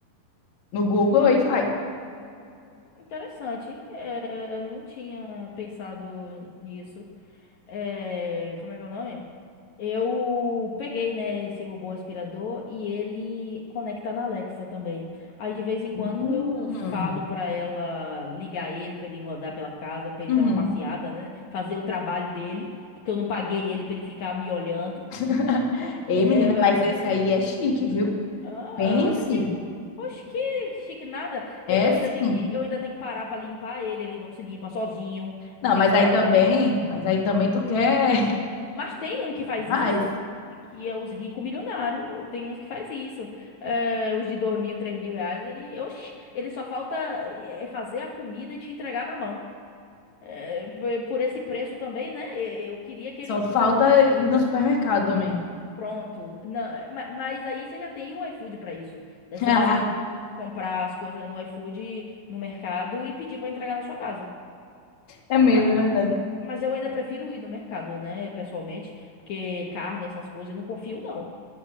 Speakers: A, on the left; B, on the left.
A: no Google
B: hum,
A: e vai.
B: Interessante. É, eu não tinha pensado nisso. É, como é que é o nome? Eu peguei, né, esse robô aspirador e ele conecta na Alexa também. Aí de vez em quando
A: Hum.
B: eu falo pra ela ligar ele pra ele rodar pela casa, pra ele
A: Uhum.
B: dar uma passeada, né, fazer o trabalho dele, porque eu não paguei ele pra ele ficar me olhando.
A: <laughs> Ei,
B: É...
A: menina, mas esse aí é chique, viu?
B: Ah,
A: Pense.
B: do que? Oxe, que chique nada. É,
A: É
B: Eu
A: sim.
B: ainda tenho que, eu ainda tenho que parar pra limpar ele, ele não se limpa sozinho.
A: Não,
B: Eu tenho
A: mas
B: que parar
A: aí também,
B: para
A: mas aí também tu quer <laughs>
B: Mas tem um que faz
A: mas
B: isso, que é os ricos milionários. Tem uns que faz isso. É, os de dois mil, três mil reais, ele, oxi, ele só falta é, fazer a comida e te entregar na mão. É, p- por esse preço também, né? E- Eu queria que
A: Só
B: ele fizesse
A: falta
B: até a minha...
A: ir no supermercado também.
B: Pronto. Não, é, ma- mas aí você já tem o iFood para isso. É
A: <laughs>
B: só você, tipo, comprar as coisas no iFood, no mercado e pedir para entregar na sua casa.
A: É mesmo,
B: Ma-
A: é
B: ma-
A: verdade.
B: Mas eu ainda prefiro ir no mercado, né, pessoalmente, porque carne, essas coisas, eu não confio, não.